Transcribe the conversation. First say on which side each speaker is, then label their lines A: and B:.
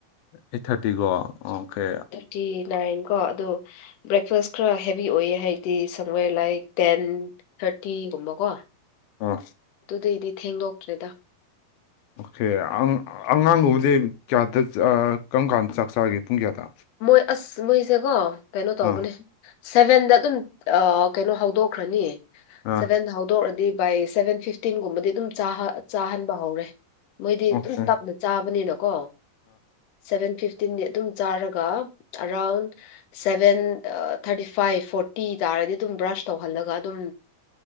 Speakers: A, on the left; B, on the left.
A: ꯑꯩꯠ ꯊꯥꯔꯇꯤꯒꯣ ꯑꯣꯀꯦ
B: ꯇꯤ ꯅꯥꯏꯟ ꯀꯣ ꯑꯗꯣ ꯕ꯭ꯔꯦꯛꯐꯥꯁ ꯈꯔ ꯍꯦꯚꯤ ꯑꯣꯏꯌꯦ ꯍꯥꯏꯕꯗꯤ ꯁꯝꯋꯦꯔ ꯂꯥꯏꯛ ꯇꯦꯟ ꯊꯥꯔꯇꯤꯒꯨꯝꯕ ꯀꯣ
A: ꯑꯥ
B: ꯑꯗꯨꯗꯩꯗꯤ ꯊꯦꯡꯗꯣꯛꯇ꯭ꯔꯦꯗ
A: ꯑꯣꯀꯦ ꯑꯉꯥꯡꯒꯨꯝꯕꯗꯤ ꯀꯌꯥꯗ ꯀꯔꯝ ꯀꯥꯟꯗ ꯆꯥꯛ ꯆꯥꯒꯦ ꯄꯨꯡ ꯀꯌꯥꯗ
B: ꯃꯣꯏ ꯑꯁ ꯃꯣꯏꯁꯦ ꯀꯣ ꯀꯩꯅꯣ ꯇꯧꯕꯅꯦ
A: ꯑꯥ
B: ꯁꯦꯚꯦꯟꯗ ꯑꯗꯨꯝ ꯀꯩꯅꯣ ꯍꯧꯗꯣꯛꯈ꯭ꯔꯅꯤ
A: ꯑꯥ
B: ꯁꯦꯚꯦꯟꯗ ꯍꯧꯗꯣꯛ ꯗꯤ ꯕꯥꯏ ꯁꯚꯦꯟ ꯐꯤꯐꯇꯤꯟꯒꯨꯝꯕꯗꯤ ꯑꯗꯨꯝ ꯆꯥꯍꯟꯕ ꯍꯧꯔꯦ ꯃꯣꯏꯗꯤ
A: ꯑꯣꯀꯦ
B: ꯑꯗꯨꯝ ꯇꯞꯅ ꯆꯥꯕꯅꯤꯅꯀꯣ ꯁꯚꯦꯟ ꯐꯤꯐꯇꯤꯟꯗꯤ ꯑꯗꯨꯝ ꯆꯥꯔꯒ ꯆꯥꯔꯒ around seven thirty five forty ꯇꯥꯔꯗꯤ ꯑꯗꯨꯝ ꯕ꯭ꯔꯁ ꯇꯧꯍꯜꯂꯒ ꯑꯗꯨꯝ